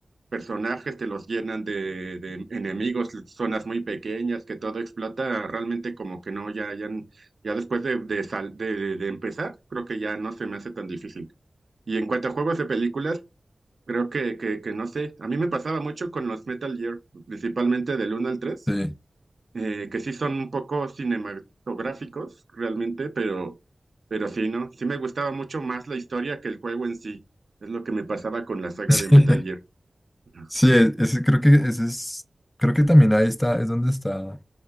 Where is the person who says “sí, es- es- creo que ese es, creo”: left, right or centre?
Left